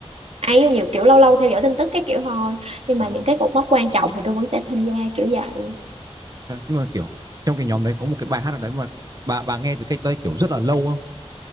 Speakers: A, on the right (about 70°); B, on the right (about 35°).
A: ấy nhiều kiểu lâu lâu theo dõi tin tức cái kiểu thôi, nhưng
B: ờ.
A: mà những cái cột mốc quan trọng thì tôi vẫn sẽ tham gia kiểu vậy.
B: Thế Nhưng mà kiểu trong cái nhóm đấy có một cái bài hát nào đấy mà bà bà nghe từ cách đây kiểu rất là lâu không?